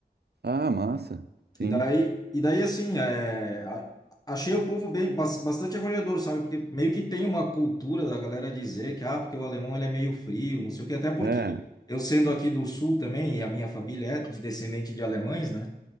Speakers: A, on the right; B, on the left.
A: Ah, massa. Sim.
B: E daí, e daí assim, é, a- achei o povo bem, bas- bastante acolhedor, sabe? Porque meio que tem uma cultura da galera dizer que, ah, porque o alemão ele é meio frio, não sei o quê, até porque
A: É,
B: eu sendo aqui do sul também, e a minha família é de descendente de alemães, né?